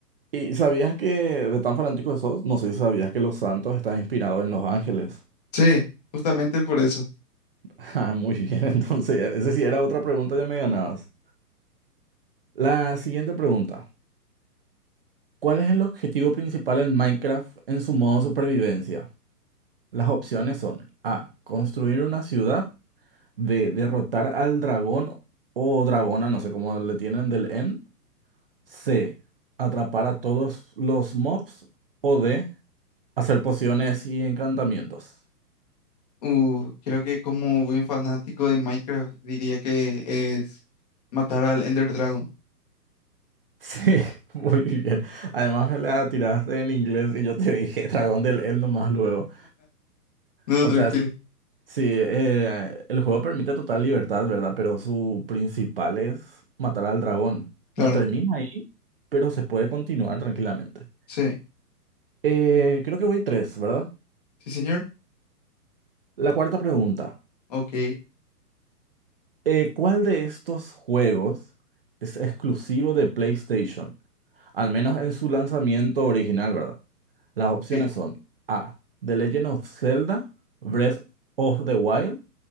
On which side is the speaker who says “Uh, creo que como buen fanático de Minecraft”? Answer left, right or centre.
Left